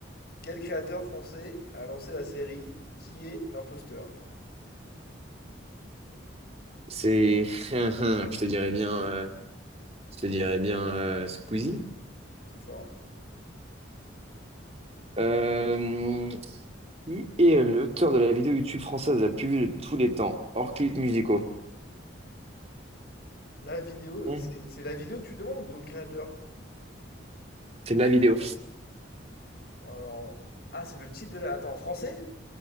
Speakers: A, on the left; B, on the right.
A: Quel créateur français a lancé la série Qui est l'imposteur?
B: C'est. <laughs> Je te dirais bien. euh, Je te dirais bien euh, Squeezie.
A: C'est fort.
B: Euh, qui est l'auteur de la vidéo YouTube française la plus vue de tous les temps, hors clips musicaux?
A: La vidéo,
B: Hmm,
A: c'est c'est la vidéo que tu demandes ou le créateur?
B: C'est de la vidéo.
A: Alors, Ah, c'est le titre de la. Attends, en français?